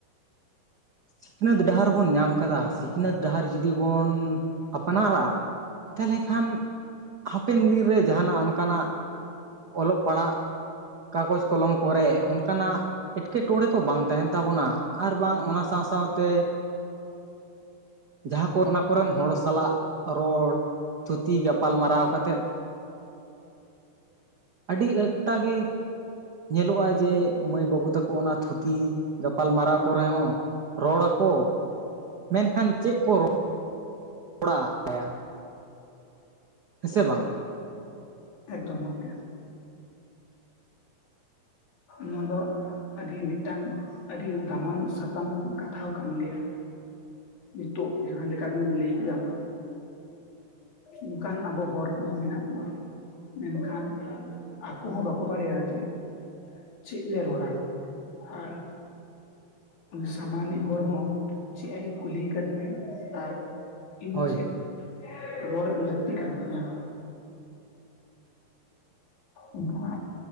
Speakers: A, on the right; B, on the left.
A: ᱥᱤᱠᱷᱱᱟᱹᱛ ᱰᱟᱦᱟᱨ ᱵᱚᱱ ᱧᱟᱢ ᱠᱟᱫᱟ ᱥᱤᱠᱷᱱᱟᱹᱛ ᱰᱟᱦᱟᱨ ᱡᱩᱫᱤ ᱵᱚᱱ ᱟᱯᱱᱟᱨᱟᱜ, ᱛᱟᱦᱚᱞᱮ ᱠᱷᱟᱱ ᱦᱟᱯᱮᱱ ᱫᱤᱱᱨᱮ ᱡᱟᱦᱟᱱᱟᱜ ᱚᱱᱠᱟᱱᱟᱜ ᱚᱞᱚᱜ ᱯᱟᱲᱟᱜ ᱠᱟᱜᱚᱡᱽ ᱠᱚᱞᱚᱢ ᱠᱚᱨᱮ ᱚᱱᱠᱟᱱᱟᱜ ᱮᱴᱠᱮᱴᱚᱬᱮ ᱠᱚ ᱵᱟᱝ ᱛᱟᱦᱮᱱ ᱛᱟᱵᱚᱱᱟ, ᱟᱨ ᱵᱟᱝ ᱚᱱᱟ ᱥᱟᱶ ᱥᱟᱶᱛᱮ ᱡᱟᱦᱟᱸ ᱠᱚ ᱚᱱᱟ ᱠᱚᱨᱮᱱ ᱦᱚᱲ ᱥᱟᱞᱟᱜ ᱨᱚᱲ, ᱛᱷᱩᱛᱤ ᱜᱟᱯᱟᱞ ᱢᱟᱨᱟᱣ ᱠᱟᱛᱮᱜ ᱟᱹᱰᱤ ᱮᱠᱴᱟ ᱜᱮ ᱧᱮᱞᱚᱜᱼᱟ ᱡᱮ ᱢᱟᱹᱭ ᱵᱟᱹᱵᱩ ᱛᱟᱠᱚ ᱚᱱᱟ ᱛᱷᱩᱛᱤ ᱜᱟᱯᱟᱞ ᱢᱟᱨᱟᱣ ᱠᱚᱨᱮ ᱦᱚᱸ ᱨᱚᱲ ᱟᱠᱚ ᱢᱮᱱᱠᱷᱟᱱ ᱪᱮᱫ ᱠᱚ ᱨᱚᱲ ᱚᱲᱟᱜ ᱟᱭᱟ ᱦᱮᱸ ᱥᱮ ᱵᱟᱝ?
B: ᱮᱠᱫᱚᱢ ᱜᱚᱝᱠᱮ᱾ ᱱᱚᱣᱟ ᱫᱚ ᱟᱹᱰᱤ ᱢᱤᱫᱴᱟᱝ ᱟᱹᱰᱤ ᱫᱟᱢᱟᱱ ᱥᱟᱛᱟᱢ ᱠᱟᱛᱷᱟᱣ ᱠᱟᱱ ᱜᱮᱭᱟ᱾
A: <inaudible>
B: ᱱᱤᱛᱚᱜ ᱡᱟᱦᱟᱸ ᱞᱮᱠᱟ ᱵᱤᱱ ᱞᱟᱹᱭ ᱠᱮᱫᱟ᱾ ᱚᱱᱠᱟᱱ ᱟᱵᱚ ᱦᱚᱲ ᱠᱚᱦᱚᱸ ᱢᱮᱱᱟᱜ ᱠᱚᱣᱟ᱾ ᱢᱮᱱᱠᱷᱟᱱ ᱟᱠᱚ ᱦᱚᱸ ᱵᱟᱠᱚ ᱵᱟᱲᱟᱭᱟ ᱡᱮ ᱪᱮᱫ ᱞᱮ ᱨᱚᱨᱟ, ᱟᱨ ᱩᱱᱤ ᱥᱟᱢᱟᱱᱤᱡ ᱦᱚᱨ ᱦᱚᱸ ᱪᱮᱫ ᱮ ᱠᱩᱞᱤ ᱠᱟᱫᱤᱧᱟᱭ ᱟᱨ ᱤᱧ
A: ᱦᱳᱭ
B: ᱪᱮᱫ ᱨᱚᱲ ᱞᱟᱹᱠᱛᱤ ᱠᱟᱱ ᱛᱤᱧᱟᱹ᱾ ᱚᱱᱠᱟᱱᱟᱜ